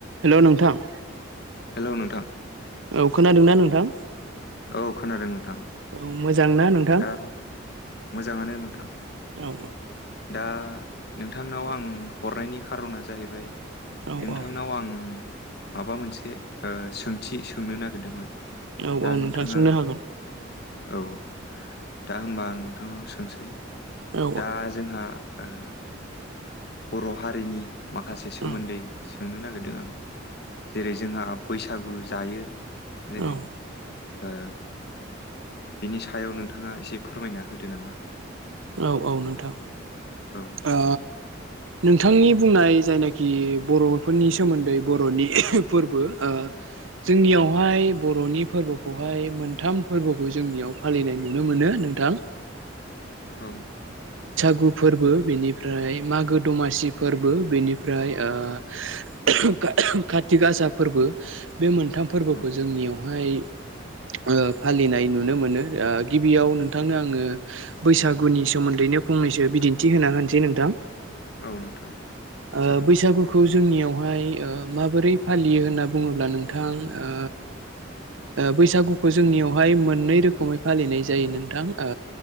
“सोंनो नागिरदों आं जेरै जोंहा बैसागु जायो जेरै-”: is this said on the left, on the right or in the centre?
Left